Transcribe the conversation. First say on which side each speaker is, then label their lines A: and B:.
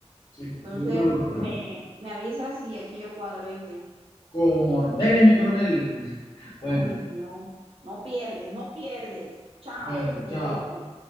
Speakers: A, on the left; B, on the right.
A: Sí,
B: entonces
A: de una lo hago.
B: me, me avisas y aquí yo cuadro, ¿viste?
A: Como ordene mi coronel. <laughs> Bueno,
B: Ay, no, no pierdes, no pierdes. Chao,
A: pues,
B: me
A: chao.
B: voy.